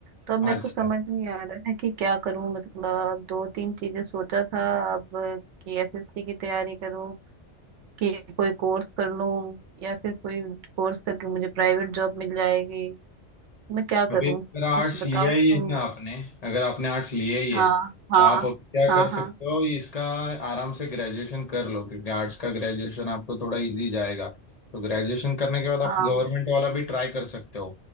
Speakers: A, on the right; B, on the left.
A: तो अब मेरे
B: अच्छा
A: को समझ नहीं आ रहा है कि क्या करूँ मतलब दो तीन चीजें सोचा था अब कि एसएससी की तैयारी करूँ कि कोई कोर्स कर लूँ या फिर कोई कोर्स करके मुझे प्राइवेट जॉब मिल जाएगी मैं क्या करूँ
B: अभी अगर आर्ट्स
A: कुछ बताओ
B: लिया ही
A: तुम
B: है ना आपने अगर आपने आर्ट्स लिया ही
A: हाँ
B: है
A: हाँ
B: तो आप अभी क्या
A: हाँ
B: कर सकते
A: हाँ
B: हो इसका आराम से ग्रेजुएशन कर लो क्योंकि आर्ट्स का ग्रेजुएशन आपको थोड़ा इजी जाएगा तो ग्रेजुएशन करने के बाद आप
A: हाँ
B: गवर्नमेंट वाला भी ट्राई कर सकते हो